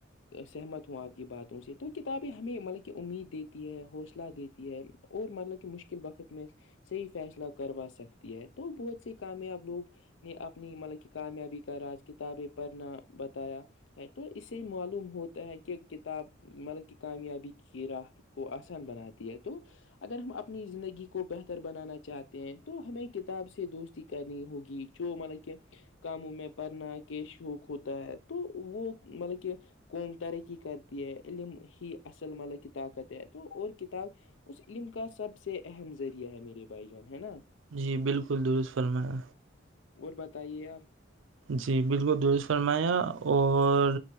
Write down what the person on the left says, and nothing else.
سہمت ہوں آپ کی باتوں سے تو کتابیں ہمیں مطلب کہ امید دیتی ہے حوصلہ دیتی ہے اور مطلب کہ مشکل وقت میں صحی فیصلہ کروا سکتی ہے تو بہت سے کامیاب لوگ نے اپنی مطلب کہ کامیابی کا راج کتابیں پڑھنا بتایا ہے تو اس سے معلوم ہوتا ہے کہ کتاب مطلب کہ کامیابی کی ر میں کو آسان بنا د ہے تو اگر ہم اپنی زندگی کو بہتر بنانا چاہتے ہیں تو ہمیں کتاب سے دوست ہوگی جو م کیا کاموں میں پڑنا کے شوق ہوتا ہے تو وہ مطلب کہ قوم ترقی کرتی ہے علم ہی اصل مطلب کی طاقت ہے تو اور کتاب اس علم کا سب سے اہم ذریعہ ہے میرے بھائی جان ہے نا
اور بتائیے آپ